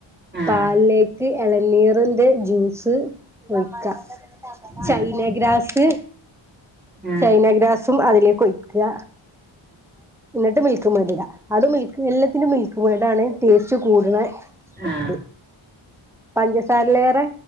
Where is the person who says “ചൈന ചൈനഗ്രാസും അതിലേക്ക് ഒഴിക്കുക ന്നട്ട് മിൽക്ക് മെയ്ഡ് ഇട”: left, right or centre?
Centre